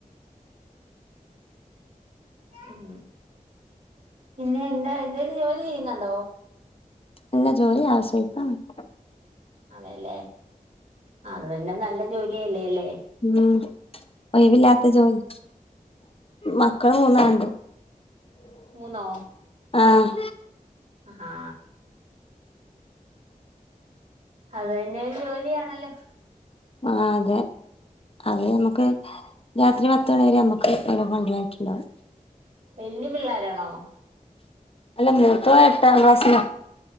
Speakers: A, on the right; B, on the left.
A: ഉം പിന്നെ എന്താ എന്തേലും ജോലി ചെയ്യുന്നുണ്ടോ
B: എല്ലാ ജോലി ആവിശ്യം അഹ് ഇപ്പൊ
A: ആണെല്ലേ അത് തന്നെ നല്ല ജോലി <unintelligible>
B: ഉം ഒയിവില്ലാത്ത ജോലി മക്കള് മൂന്നാണ്
A: മൂന്നോ
B: ആഹ്
A: അഹ് ആഹാ അത് തന്നെ ഒരു ജോലിയണല്ലോ
B: ആഹ് അതെ അത് നമുക്ക് രാത്രി പത്തു മണി വരെ നമ്മുക്ക് ഓരോ വണ്ടിലായിട്ടുണ്ടാവും
A: വല്ല്യ പിള്ളാരാണോ
B: അല്ല മൂത്താവൻ എട്ടാക്ലാസില